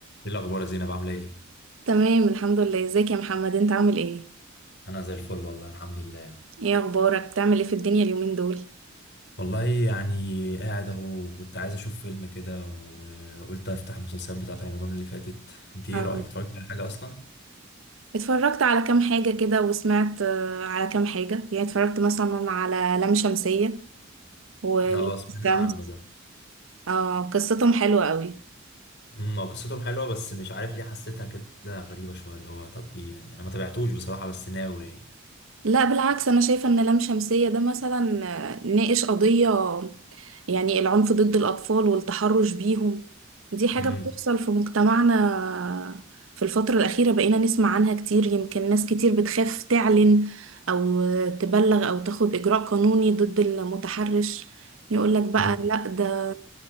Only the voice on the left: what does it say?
ايه الاخبار يا زينب عامله ايه
انا زي الفل والله الحمد لله
والله يعني قاعد اهو كنت عايز اشوف فيلم كده وقلت افتح المسلسلات بتاعت رمضان اللي فاتت انت ايه
رايك اتفرجت على حاجه اصلا
اه
سمعت
عنه ده
امم هو قصتهم حلوه بس مش عارف ليه حسيتها كده غريبه شويه اللي هو طب ايه يعني انا ما تابعتوش بصراحه بس ناوي يعني
امم
أمم.